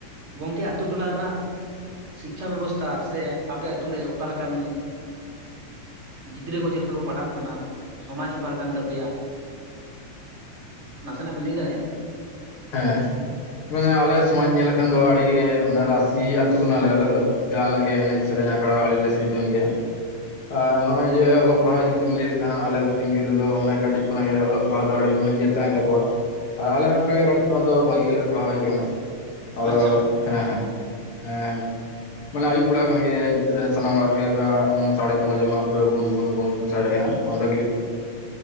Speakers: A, on the right; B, on the left.
A: ᱜᱚᱝᱠᱮ ᱟᱛᱩ ᱴᱚᱞᱟ ᱨᱮᱱᱟᱜ ᱥᱤᱠᱠᱷᱟ ᱵᱮᱵᱚᱥᱛᱷᱟ ᱥᱮ ᱟᱯᱮ ᱟᱛᱩ ᱨᱮ ᱚᱠᱟ ᱞᱮᱠᱟᱱ ᱜᱤᱫᱽᱨᱟᱹ ᱠᱚ ᱪᱮᱜ ᱞᱮᱠᱟ ᱠᱚ ᱯᱟᱲᱦᱟᱜ ᱠᱟᱱᱟ ᱥᱚᱢᱟᱡᱽ ᱚᱠᱟᱞᱮᱠᱟᱱ ᱛᱟᱯᱮᱭᱟ᱾ ᱱᱟᱥᱮᱱᱟᱜ ᱵᱮᱤᱱ ᱞᱟᱹᱭ ᱫᱟᱲᱭᱟᱜᱼᱟ᱾
B: ᱦᱮᱸ ᱢᱟᱱᱮ ᱟᱞᱮ ᱥᱚᱢᱟᱡᱽ ᱧᱮᱞ ᱞᱮᱠᱷᱟᱱ ᱫᱚ ᱟᱹᱰᱤ ᱜᱮ ᱨᱟᱥᱤ ᱟᱹᱛᱩ ᱠᱟᱱᱟᱞᱮ ᱟᱞᱮ ᱫᱚ᱾ ᱡᱟᱦᱟᱱᱟᱜ ᱜᱮ ᱮᱱᱮᱡ ᱥᱮᱨᱮᱧ ᱟᱠᱷᱲᱟ ᱟᱹᱰᱤ ᱞᱮ ᱥᱤᱨᱤᱡᱚᱱ ᱜᱮᱭᱟ᱾ ᱟᱨ ᱱᱚᱜᱼᱚᱭ ᱡᱮ ᱚᱞᱚᱜ ᱯᱟᱲᱦᱟᱣ ᱤᱫᱤ ᱠᱟᱛᱮ ᱵᱮᱱ ᱞᱟᱹᱭ ᱞᱮᱠᱷᱟᱱ ᱟᱞᱮ ᱱᱚᱛᱮ ᱨᱮᱱ ᱜᱤᱫᱨᱟᱹ ᱫᱚ ᱢᱟᱱᱮ ᱠᱟᱹᱴᱤᱡ ᱠᱷᱚᱱᱟᱜ ᱜᱮ ᱚᱞᱚᱜ ᱦᱚᱲ ᱫᱚ ᱟᱹᱰᱤ ᱢᱟᱱᱮ ᱡᱮᱛ ᱛᱟᱦᱮᱸᱱ ᱛᱟᱠᱚᱣᱟ ᱟᱨ ᱟᱞᱮ ᱦᱚᱸ ᱚᱱᱠᱟ ᱜᱮ ᱠᱟᱹᱴᱤᱡ ᱛᱚ ᱟᱫᱚ ᱵᱷᱟᱹᱜᱤ ᱜᱮᱞᱮ ᱯᱟᱲᱟᱣ ᱦᱮᱡ ᱟᱠᱟᱱᱟ, ᱟᱫᱚ
A: ᱟᱪᱪᱷᱟ ᱜᱚᱝᱠᱮ
B: ᱦᱮᱸ ᱦᱮᱸ ᱦᱮᱸ ᱮᱸ ᱢᱟᱱᱮ ᱟᱭᱩᱵ ᱵᱮᱲᱟ ᱠᱷᱟᱱ ᱜᱮ ᱥᱟᱱᱟᱢ ᱚᱲᱟᱜ ᱨᱮᱜᱮ ᱚᱱᱠᱟ ᱥᱟᱰᱮ ᱠᱚᱢ ᱟᱸᱡᱚᱢᱟ ᱯᱩᱨᱟᱹ ᱜᱩᱱ ᱜᱩᱱ ᱜᱩᱱ ᱜᱩᱱ ᱥᱟᱰᱮᱭᱟᱜᱼᱟ ᱚᱱᱟ ᱫᱚ ᱜᱤᱫᱽᱨᱟᱹ